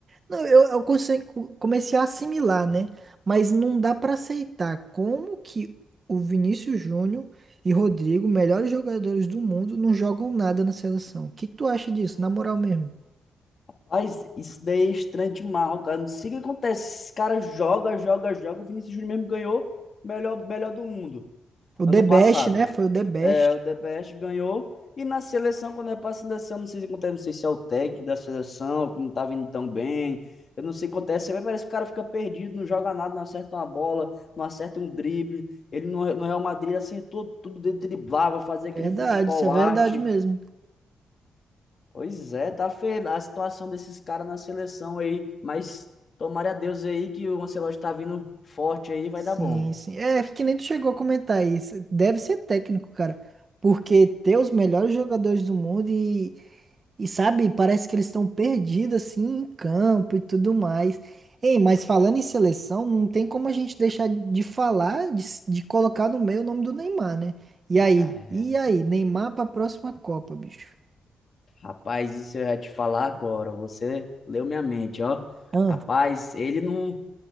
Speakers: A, on the right; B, on the left.
A: Não, eu, eu consigo, comecei a assimilar, né? Mas não dá pra aceitar como que o Vinícius Júnior e Rodrigo, melhores jogadores do mundo, não jogam nada na seleção. O que que tu acha disso, na moral mesmo?
B: mas isso daí é estranho demais, ó, cara. Não sei o que acontece. Esses caras jogam, jogam, jogam. O Vinícius Júnior mesmo ganhou o melhor, melhor do mundo
A: O
B: ano
A: The
B: passado.
A: Best, né? Foi o The Best.
B: É, o DPS ganhou. E na seleção, quando é para a seleção, não sei se acontece, não sei se é o técnico da seleção, que não tá vindo tão bem. Eu não sei o que acontece. Mas Parece que o cara fica perdido, não joga nada, não acerta uma bola, não acerta um drible. Ele no, no Real Madrid acertou tudo, ele driblava, fazia aquele
A: Verdade,
B: futebol
A: isso é verdade
B: arte.
A: mesmo.
B: Pois é, tá feia a situação desses caras na seleção aí. Mas tomara a Deus aí que o Ancelotti tá vindo forte aí, vai
A: Sim,
B: dar bom.
A: sim. É, é que nem tu chegou a comentar isso. Deve ser técnico, cara. Porque ter os melhores jogadores do mundo e, e sabe, parece que eles estão perdidos assim em campo e tudo mais. Ei, mas falando em seleção, não tem como a gente deixar de falar, de, s- de colocar no meio o nome do Neymar, né? E aí?
B: É,
A: E aí? Neymar pra próxima Copa, bicho.
B: Rapaz, isso eu ia te falar agora. Você leu minha mente, ó.
A: Ah,
B: Rapaz, ele não.